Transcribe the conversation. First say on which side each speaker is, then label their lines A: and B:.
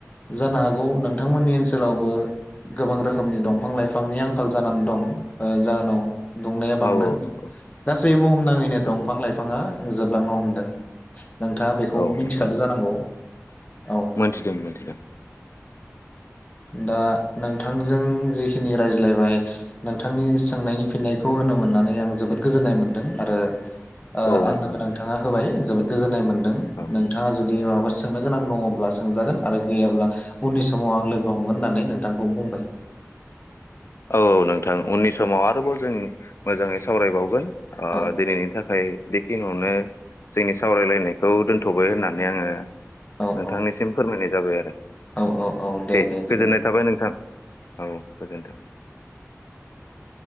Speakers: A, on the left; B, on the left.
A: जानो हागौ नोंथांमोननि ओनसोलावबो गोबां रोखोमनि दंफां लाइफांनि आंखाल जानानै दं ओ जाहोनाव दुंनाया बांदों
B: औ औ नंगौ
A: गासै बुहुमनाङैनो
B: औ
A: दंफां लाइफाङा जोबलांनो हमदों। नोंथाङा बेखौ
B: औ
A: मिथिखादो
B: नंगौ नोंथां
A: जानांगौ। औ
B: मोनथिदों मोनथिदों।
A: दा नोंथांजों जिखिनि रायज्लायबाय नोंथांनि सोंनायनि फिननायखौ होनो मोननानै आं जोबोद गोजोननाय मोन्दों। आरो ओ
B: औ नोंथां
A: आंनोबो नोंथाङा होबाय जोबोद गोजोननाय मोन दों
B: औ
A: नोंथाङा जु दि माबाफोर सोंनो गोनां दङब्ला सोंजागोन आरो गैयाब्ला उननि समाव आं लोगो हमगोन होननानै नोंथांखौ बुंबाय।
B: औ औ नोंथां उननि समाव आरोबाव जों मोजाङै सावरायबावगोन। अ
A: औ
B: दिनैनि थाखाय बेखिनियावनो जोंनि सावरायलायनायखौ दोनथबाय होननानै आङो
A: औ
B: नोंथांनिसिम
A: औ
B: फोरमायनाय जाबाय आरो। दे
A: औ औ औ दे गोजोनथों
B: गोजोननाय थाबाय नोंथां। <unintelligible>